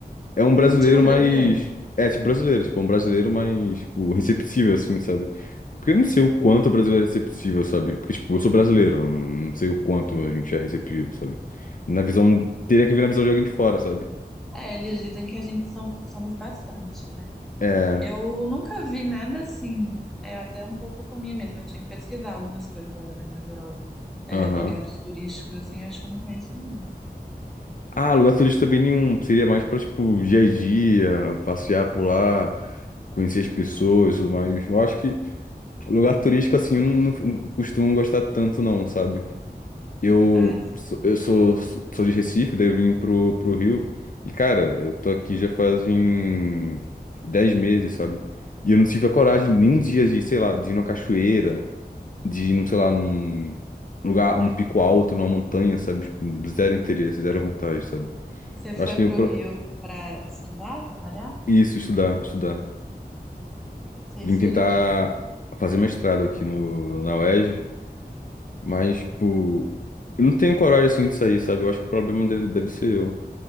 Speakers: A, on the left (about 55°); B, in the centre.
A: é um brasileiro
B: Tipo brasileiro.
A: mais... É, tipo, brasileiro. Tipo, é um brasileiro mais, tipo, receptível, assim, sabe? Porque eu não sei o quanto o brasileiro é receptível, sabe? Porque, tipo, eu sou brasileiro. eu Não sei o quanto a gente é receptivo, sabe? Na visão... Teria que ver na visão de alguém de fora, sabe?
B: É, eles dizem que a gente são, somos bastante, né?
A: é
B: Eu nunca vi nada assim. É até um pouco por mim mesma. Eu tinha que pesquisar algumas coisas lá da Venezuela. É,
A: Aham.
B: lugares turísticos, assim, eu acho que eu não conheço nenhum.
A: Ah, lugar turístico também nenhum. Seria mais pra, tipo, dia a dia, passear por lá, conhecer as pessoas e tudo mais. Eu acho que lugar turístico, assim, eu não, não costumo gostar tanto, não, sabe? Eu,
B: Ah, sim.
A: sou- eu sou, sou de Recife, daí eu vim pro, pro Rio. E, cara, eu tô aqui já fazem 10 meses, sabe? E eu não tive a coragem nem um dia de, sei lá, de ir numa cachoeira, de ir, num, sei lá, num lugar, um pico alto, numa montanha, sabe? Tipo, Zero interesse, zero vontade, sabe?
B: Você
A: Eu
B: foi
A: acho que
B: pro
A: eu pro-
B: Rio para estudar, trabalhar?
A: isso, estudar, estudar.
B: Você
A: Vim
B: estuda
A: tentar
B: o quê?
A: fazer mestrado aqui no, na UERJ, mas, tipo, eu não tenho coragem, assim, de sair, sabe? Eu acho que o problema deve, deve ser eu.